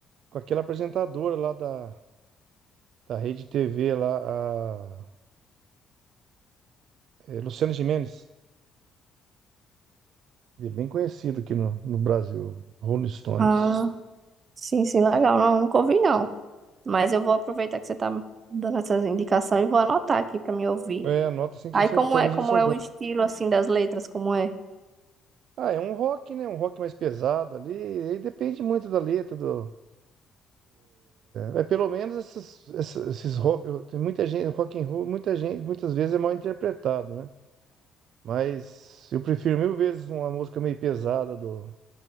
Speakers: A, on the right; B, on the right.
A: com aquela apresentadora lá da, da Rede TV, lá, a, é, Luciana Gimenez. Ele é bem conhecido aqui no, no Brasil, Rolling Stones.
B: Ah, sim, sim, legal. Não, nunca ouvi, não. Mas eu vou aproveitar que você tá dando essas indicações e vou anotar aqui pra me ouvir.
A: É, anota assim que
B: Aí
A: você-
B: como
A: talvez
B: é, como
A: você
B: é
A: goste.
B: o estilo assim das letras, como é?
A: Ah, é um rock, né? Um rock mais pesado ali. Aí depende muito da letra, do... É, é, pelo menos esses, esses, esses rock... Tem muita gente, rock and roll, muita gente, muitas vezes é mal interpretado, né? Mas eu prefiro mil vezes uma música meio pesada do,